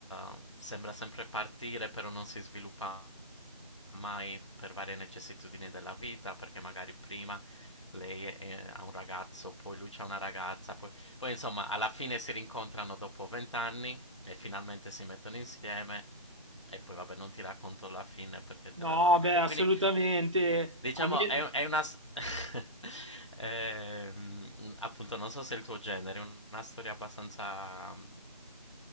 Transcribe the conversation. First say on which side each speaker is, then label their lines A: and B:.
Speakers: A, on the left; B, on the right.
A: eh, sembra sempre partire, però non si sviluppa mai per varie necessitudini della vita, perché magari prima lei è- ha un ragazzo, poi lui c'ha una ragazza, poi... Poi insomma, alla fine si rincontrano dopo vent'anni e finalmente si mettono insieme. E poi vabbè, non ti racconto la fine perché te
B: No,
A: la rovinerei.
B: beh, assolutamente.
A: Quindi Diciamo,
B: Alme-
A: è, è una... s- <laughs> Ehm, appunto, non so se è il tuo genere, è una storia abbastanza mm,